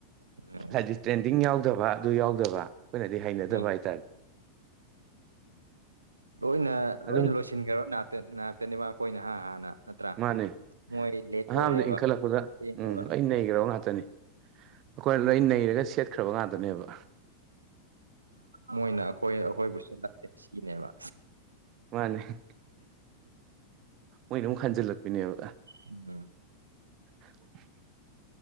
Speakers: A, on the right; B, on the right.
A: ꯎꯝ
B: ꯍꯥꯏꯗꯤ ꯇ꯭ꯔꯦꯟꯗꯤꯡ ꯌꯥꯎꯗꯕ ꯑꯗꯨ ꯌꯥꯎꯗꯕ ꯗꯤ ꯍꯩꯅꯗꯕ
A: ꯑ
B: ꯍꯥꯏꯇꯥꯔꯦ
A: ꯂꯣꯏꯅ ꯂꯣꯏꯅ
B: ꯑꯗꯨ
A: ꯂꯣꯏꯁꯤꯟꯈ꯭ꯔꯕ ꯅꯥꯛꯇ ꯅꯥꯛꯇꯅꯦꯕ ꯑꯩꯈꯣꯏꯅꯥ ꯍꯥ ꯍꯥꯟꯅ ꯅꯠꯇ꯭ꯔꯥ
B: ꯃꯥꯅꯦ
A: ꯃꯣꯏ ꯂꯦꯠ
B: ꯑꯍꯥꯟꯕꯗ
A: ꯑꯣꯏꯔꯦꯕ
B: ꯏꯟꯈꯠꯂꯛꯄꯗ
A: ꯊꯦꯡꯉꯦꯕ
B: ꯎꯝ ꯂꯣꯏ ꯅꯩꯒ꯭ꯔꯕ ꯉꯥꯛꯇꯅꯦ ꯑꯈꯣꯏꯅ ꯂꯣꯏ ꯅꯩꯔꯒ ꯁꯦꯠꯈ꯭ꯔꯕ ꯉꯥꯛꯇꯅꯦꯕ
A: ꯃꯣꯏꯅ ꯑꯈꯣꯏ ꯑꯈꯣꯏꯕꯨ ꯁꯦꯠꯂꯛꯇꯦ ꯁꯤꯅꯦꯕ
B: ꯃꯥꯅꯦ ꯍꯦ ꯃꯣꯏꯅ ꯑꯃꯨꯛ ꯍꯟꯖꯤꯜꯂꯛꯄꯤꯅꯦꯕ
A: ꯎꯝ
B: <unintelligible>